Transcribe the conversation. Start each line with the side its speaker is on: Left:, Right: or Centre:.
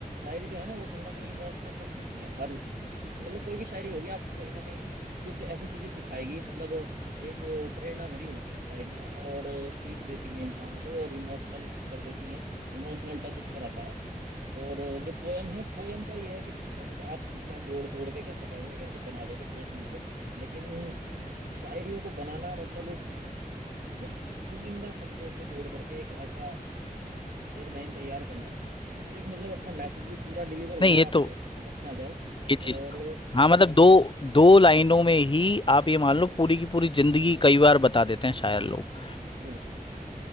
Right: शायरी जो है ना वो कहीं ना कहीं इमोशनल टच देती है हर मतलब कोई भी शायरी होगी आपको कहीं ना कहीं कुछ ऐसी चीजें सिखाएगी मतलब एक प्रेरणा भरी होती हैं शायरियाँ और सीख देती हैं इंसान को और इमोशनल कर देती हैं इमोशनल टच उसमें रहता है और जो पोयम है पोयम का ये है कि कुछ ना कुछ आप हिस्सा जोड़ तोड़ के कैसे कैसे करके बना दोगे सोच समझ के लेकिन शायरियों को बनाना मतलब कुछ चुनिंदा शब्दों को जोड़ करके एक ऐसा एक लाइन तैयार करना जिससे कि मतलब अपना मैसेज भी पूरा डिलीवर हो
Left: नहीं
Right: जाए
Left: ये
Right: आपको
Left: तो
Right: समझ में आ जाए
Left: ये चीज
Right: और
Left: तो है हाँ मतलब दो दो लाइनों में ही आप ये मान लो
Right: हम्म,
Left: पूरी की पूरी जिंदगी कई बार बता देते हैं शायर लोग
Right: बिल्कुल